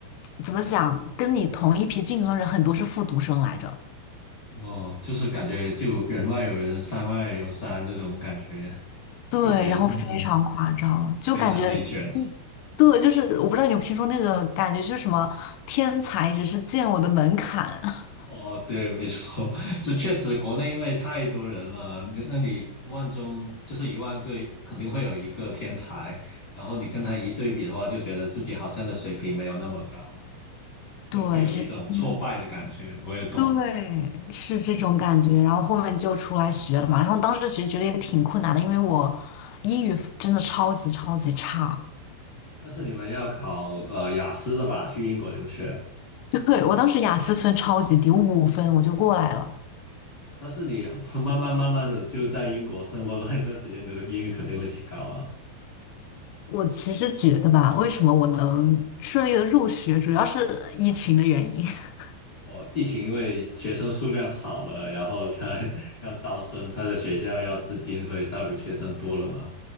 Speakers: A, on the left (about 80°); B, on the left (about 55°).
A: 怎么讲，跟你同一批竞争人很多是复读生来着，
B: 哦，就是感觉就人外有人，山外有山这种感觉，
A: 对，
B: 就别人嗯
A: 然后非常夸张，就感觉。
B: 非常内卷。
A: 嗯对，就是我不知道你有没有听说那个感觉，就是什么天才只是见我的门槛。<laughs>
B: 哦，对，没错，<laughs> 这确实国内因为太多人了，你那你万中就是一万个，肯定会有一个天才，然后你跟他一对比的话，就觉得自己好像的水平没有那么高了，就会有一种挫败的感觉。
A: 对，是真
B: 我也懂，
A: 对，是这种感觉。然后后面就出来学了嘛。然后当时其实觉得也挺困难的，因为我英语真的超级超级差。
B: 但是你们要考呃雅思的吧，去英国留学，
A: <laughs> 对，我当时雅思分超级低，我五分我就过来了。
B: 但是你 <laughs> 慢慢慢慢的就在英国生活了一段 <laughs> 时间，你的英语肯定会提高啊。
A: 我其实觉得吧，为什么我能顺利的入学，主要是疫情的原因。<laughs>
B: 哦，疫情因为学生数量少了，然后他 <laughs> 要招生，他的学校要资金，所以招留学生多了嘛。